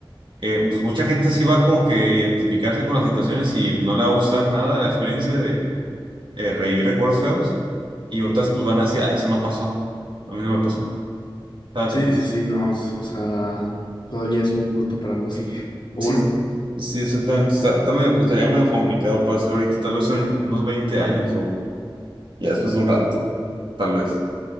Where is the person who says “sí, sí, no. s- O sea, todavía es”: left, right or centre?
Left